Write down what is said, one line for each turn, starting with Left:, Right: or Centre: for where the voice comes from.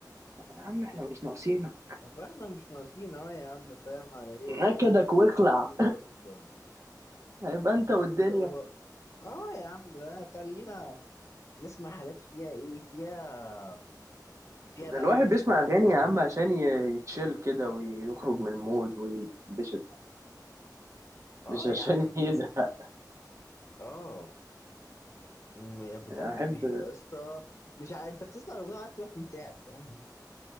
Right: يا عم احنا مش ناقصينك
Left: فاحنا مش ناقصين اهو يا عم فاهم على ايه
Right: نكدك
Left: يعني الواحد فينا
Right: واخلع
Left: مكفيه اصلا
Right: هيبقى انت والدنيا
Left: الواحد هو اه يا عم بقى خلينا نسمع حاجات فيها ايه فيها فيها بهجة
Right: ده الواحد
Left: شوية
Right: بيسمع اغاني يا عم عشان ي- يتشيل كده ويخرج من المود ويتبسط
Left: اه
Right: مش عشان
Left: يا عم بالظبط
Right: يزهق
Left: اه م- يعني بجد
Right: احب
Left: بيبقى يا اسطى مش ع... انت بتسمع الاغنية عايز تروح منتحر فاهم